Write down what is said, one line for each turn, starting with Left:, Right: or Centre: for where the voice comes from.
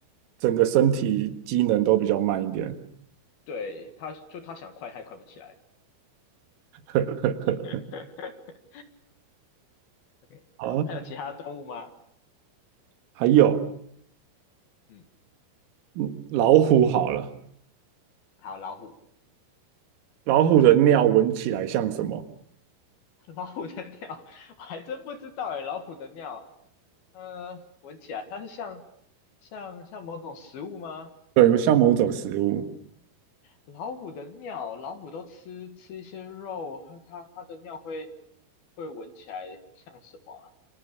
Right: 整个身体机能都比较慢一点。
Left: 对，它就它想快，它也快不起来。
Right: <laughs>
Left: <laughs> OK，
Right: 好啊，
Left: 然后还有其他动物吗？
Right: 还有，
Left: 嗯，
Right: 嗯老虎好了，
Left: 好，老虎，
Right: 老虎的尿闻起来像什么？
Left: <laughs> 老虎的尿，<laughs> 我还真不知道哎，老虎的尿，呃，闻起来它是像像像某种食物吗？
Right: 对，像某种食物。
Left: 老虎的尿，老虎都吃吃一些肉，它它它的尿会会闻起来像什么啊？